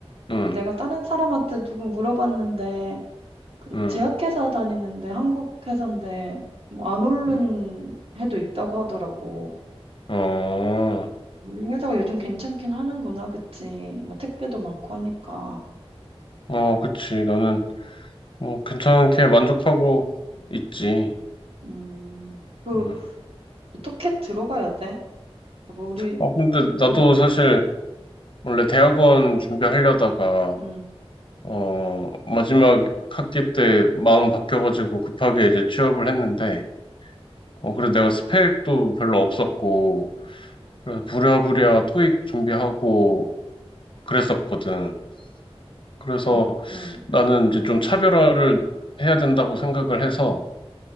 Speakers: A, on the left (about 55°); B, on the right (about 65°).
A: 응,
B: 내가 다른 사람한테 누구 물어봤는데 그
A: 응,
B: 제약회사 다니는데 한국 회사인데 뭐 안 오른
A: 응.
B: 해도 있다고 하더라고.
A: 어,
B: 뭐 우리 회사가 요즘 괜찮긴 하는구나, 그치? 뭐 택배도 많고 하니까.
A: 어, 그치. 나는, 뭐, 괜찮게 만족하고 있지.
B: 음, 그
A: 음.
B: 어떻게 들어가야 돼? 아, 뭐 우리
A: 아, 근데 나도
B: 음,
A: 사실, 원래 대학원 준비하려다가,
B: 음,
A: 어, 마지막 학기 때 마음 바뀌어가지고 급하게 이제 취업을 했는데, 어, 그래서 내가 스펙도 별로 없었고, 그래서 부랴부랴 토익 준비하고 그랬었거든. 그래서
B: 음, 음,
A: 나는 이제 좀 차별화를 해야 된다고 생각을 해서